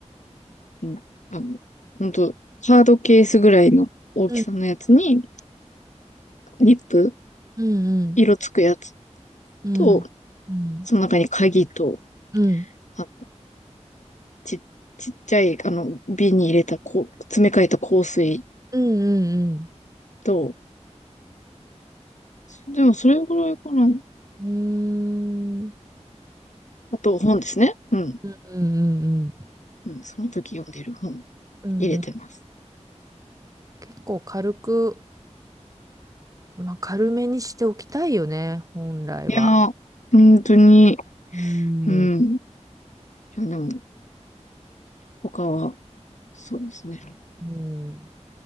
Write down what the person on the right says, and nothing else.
うん
うんうん
うんうん
うん
うん
うんうんうーん
うんうん
うんうん
結構軽く、まあ、軽めにしておきたいよね本来は。
うん
うん